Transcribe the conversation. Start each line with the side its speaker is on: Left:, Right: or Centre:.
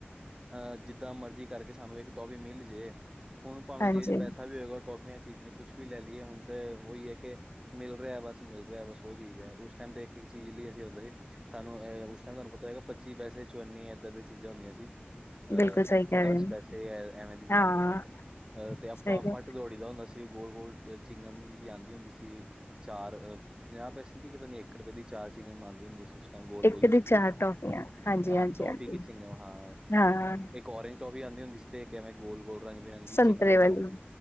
Right: ਅਹ ਜਿਦਾ ਮਰਜ਼ੀ ਕਰਕੇ ਸਾਨੂੰ ਇਕ ਟੋਫੀ ਮਿਲ ਜੈ ਹੁਣ ਭਾਵੇ
Left: ਹਾਂਜੀ
Right: ਜੇਬ 'ਚ ਪੈਸਾ ਵੀ ਹੋਏਗਾ ਟੋਫੀਆਂ ਚੀਜ ਕੁਛ ਵੀ ਲੈ ਲਈਏ ਹੁਣ ਤੇ ਉਹੀ ਹੈ ਕਿ- ਮਿਲ ਰਿਹਾ ਬਸ ਮਿਲ ਰਿਹਾ ਬਸ ਉਹ ਚੀਜ਼ ਹੈ ਉਸ ਟਾਈਮ ਤੇ ਇਕ- ਇਕ ਚੀਜ਼ ਲਈ ਅਸੀ ਹੁੰਦੇ ਸੀ। ਸਾਨੂੰ ਅਹ ਉਸ ਟਾਈਮ ਤੁਹਾਨੂੰ ਪਤਾ ਹੈਗਾ। ਪੱਚੀ ਪੈਸੇ, ਚੁਨੀ ਇਦਾ ਦੀਆ ਚੀਜਾ ਹੁੰਦੀਆਂ ਸੀ। ਅਹ
Left: ਬਿਲਕੁਲ ਸਹੀ ਕਹਿ
Right: ਦਸ
Left: ਰਹੇ ਹੋ।
Right: ਪੈਸੇ ਐਵੇ ਦੀ ਚੀਜ਼ਾਂ
Left: ਹਾਂ
Right: ਹੁਦੀ ਸੀ ਤੇ। ਅਹ ਤੇ ਆਪਾਂ
Left: ਸਹੀ ਗੱਲ।
Right: ਫੱਟ ਦੌੜ ਮਿਲਦਾ ਹੁੰਦਾ ਸੀ, ਗੋਲ- ਗੋਲ ਚਿੰਗਮ ਜੀ ਆਉਦੀ ਹੁੰਦੀ ਸੀ। ਚਾਰ ਅ ਪੰਜਾਹ ਪੈਸੇ ਦੀ ਕਿ ਪਤਾ ਨਹੀਂ ਇਕ ਰੁਪਏ ਦੀ ਚਾਰ ਸਿੰਗਮ ਆਉਂਦੀ ਹੁੰਦੀ ਸੀ ਉਸ ਗੋਲ-
Left: ਇੱਕ
Right: ਗੋਲ ਜੀ
Left: ਦੀ
Right: ਸਕੂਲ
Left: ਚਾਰ
Right: ਟਾਈਮ ਚ।
Left: ਟੋਫੀਆਂ ਹਾਂਜੀ ਹਾਂਜੀ
Right: ਹ ਟੋਫੀ
Left: ਹਾਂਜੀ
Right: ਕੀ ਚਿੰਗਮ ਹਾਂ
Left: ਹਾਂ
Right: ਔਰਂਜ ਟੋਫੀ ਆਉਦੀ ਹੁੰਦੀ ਸੀ ਤੇ, ਕਿਵੇ ਗੋਲ- ਗੋਲ ਰੰਗ ਬਿਰੰਗੀ
Left: ਸੰਤਰੇ
Right: ਚਿੰਗਮ ਦੀ
Left: ਵਾਲੀ
Right: ਹੁੰਦੀ ਸੀ।